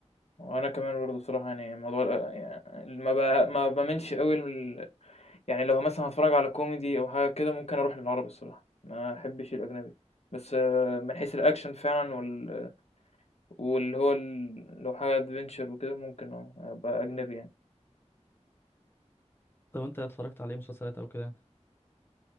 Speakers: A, on the left (about 65°); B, on the left (about 20°).
A: وانا كمان برضه بصراحه يعني موضوع الأ- يعني ما ب... ما بميلش قوي ال... يعني لو مثلا هتفرج على كوميدي او حاجه كده ممكن اروح للعربي الصراحه ما احبش الاجنبي بس آه، من حيث الاكشن فعلا وال... واللي هو ال... لو حاجه ادفنتشر وكده ممكن اه ابقى اجنبي يعني
B: طب أنت اتفرجت عليه مسلسلات أو كده